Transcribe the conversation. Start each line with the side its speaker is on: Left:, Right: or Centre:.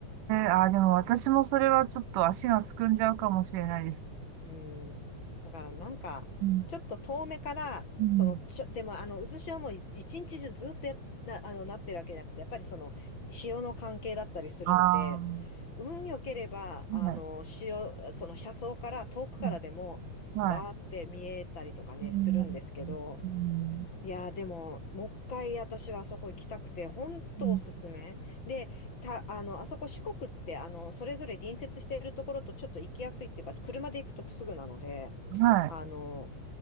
Right: あ、でも私もそれはちょっと足がすくんじゃうかもしれないです。
Left: うん。だからなんか、
Right: うん。
Left: ちょっと遠目から、
Right: うん。
Left: その、ちょ、でもあの、渦潮もい一日中ずっとや、な、あの、なってるわけじゃなくて、やっぱりその、潮の関係だったりするので、
Right: ああ、
Left: 運良ければ、あの、
Right: はい、
Left: 潮、その車窓から、遠くからでも、
Right: はい、はい。
Left: わーって見えたりとかね、
Right: うん、
Left: するんですけど、
Right: うん、
Left: いやー、でも、もう一回私はあそこ行きたくて、本当おすすめ。
Right: うん、
Left: で、た、あの、あそこ四国って、あの、それぞれ隣接しているところとちょっと行きやすいっていうか、車で行くとすぐなので、
Right: うんはい。
Left: あの、